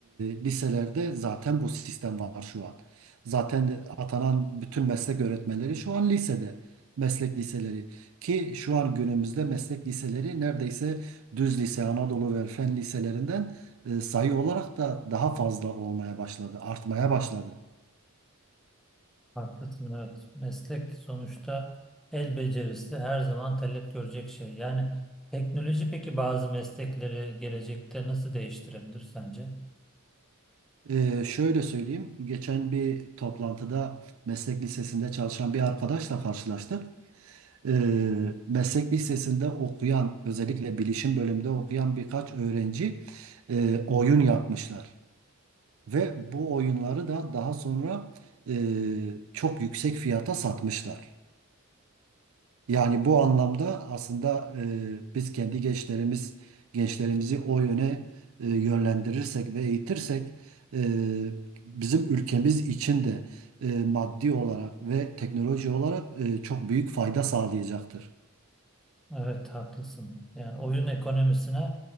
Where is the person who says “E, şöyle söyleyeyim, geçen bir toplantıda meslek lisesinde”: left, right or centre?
Right